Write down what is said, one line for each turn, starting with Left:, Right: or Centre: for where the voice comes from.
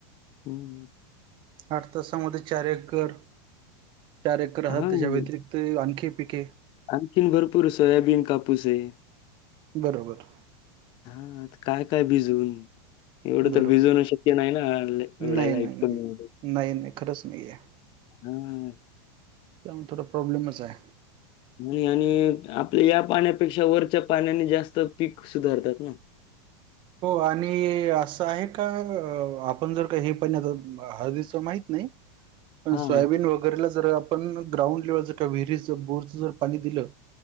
Left: हम्म
Right: आठ तासामध्ये चार एकर चार एकर आहात
Left: हां,
Right: त्याच्या व्यतरिक्त ते आणखे पिके
Left: आणखीन भरपूर सोयाबीन कापूस आहे
Right: बरोबर
Left: हा आता काय काय भिजऊन एवढं
Right: बरोबर
Left: तर भिजवण शक्य नाही ना एवढ्याला
Right: नाही
Left: लाईट
Right: नाही नाही
Left: मध्ये
Right: नाही नाही खरंच नाही आहे
Left: हम्म
Right: त्यामुळे थोडा प्रॉब्लेमच आहे
Left: आणि आणि आपल्या या पाण्यापेक्षा वरच्या पाण्याने जास्त पीक सुधारतात ना
Right: हो आणि असं आहे का आपण जर का हे पाणी आ हळदीचं माहित नाही
Left: <inaudible>
Right: पण सोयाबीन
Left: हां.
Right: वगैरेला जर पण ग्राउंड लेवलच किंवा, विहिरीच बोरचं जर पाणी दिलं